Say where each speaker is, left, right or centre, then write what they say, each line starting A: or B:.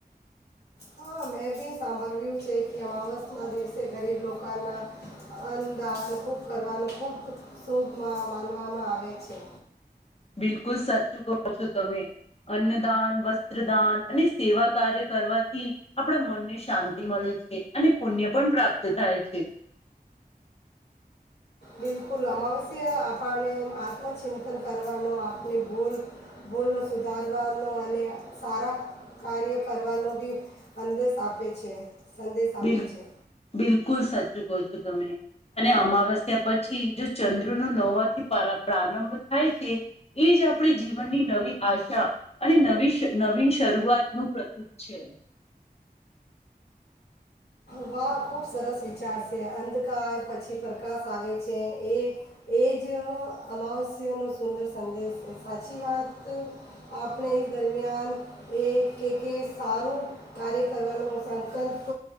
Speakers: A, on the left; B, on the left.
A: હા મેં બી સાંભળ્યું કે અમાવસના દિવસે ગરીબ લોકોના અન્નદાન ખૂબ કરવાનું ખૂબ શુભ માનવામાં આવે છે.
B: બિલકુલ સાચું કો છો તમે અન્નદાન વસ્ત્રદાન અને સેવા કાર્ય કરવાથી આપણા મનને શાંતિ મળે છે અને પુણ્ય પણ પ્રાપ્ત થાય છે.
A: બિલકુલ અમાવસ્યા આપને આત્મચિંતન કરવાનો આપણે ભૂલ ભૂલ ન સુધારવાનો અને સારા કાર્ય કરવાનો બી અદેશ આપે છે. સંદેશ આપે
B: બિલ
A: છે
B: બિલકુલ સચ ચૂકો છો તમે અને અમાવસ્યા પછી જો ચંદ્ર નો નવાથી પ્રારંભ થાય છે એ જ આપણે જીવનની નવી આશા અને નવી નવીન શરૂઆતનું પ્રતીક છે.
A: હવા ખૂબ સરસ વિચાર છે અંધકાર પછી પ્રકાશ આવે છે એ એ જ અમાવસ્યાનો સુંદર સંદેશ છે સાચી વાત આપણે દરમિયાન એ કે કે સારું કાર્ય કરવાનો સંકલ્પ